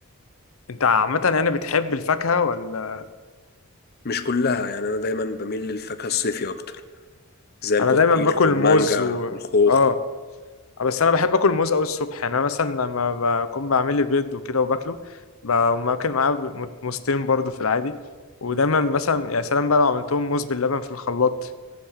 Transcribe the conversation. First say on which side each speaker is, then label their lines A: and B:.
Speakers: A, on the left; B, on the left.
A: انت عامة يعني بتحب الفاكهة ولا
B: مش كلها يعني انا دايما بميل للفاكهة الصيفي اكتر زي البطيخ
A: انا دايما باكل
B: والمانجا
A: موز و
B: والخوخ
A: اه بس انا بحب اكل موز قوي الصبح يعني انا مثلا لما بكون بعمل لي بيض وكده وباكله بقوم اكل معاه ب- موزتين برضه في العادي ودايما مثلا يا سلام بقى لو عملتهم موز باللبن في الخلاط